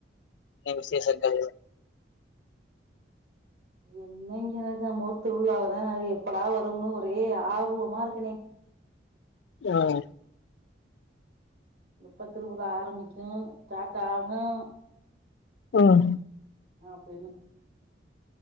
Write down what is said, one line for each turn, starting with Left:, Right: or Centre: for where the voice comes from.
Left: என்ன விசேஷங்கள்
Right: என்னங்க நம்மவூர் திருவுழாலவுதான் எப்படா வருன்னு ஒரே ஆர்வமா இருக்குனே
Left: உம்
Right: எப்ப திருவிழா ஆரம்பிக்கும் ஸ்டாட்ஆகும்
Left: உம்
Right: ஆஹ் போய்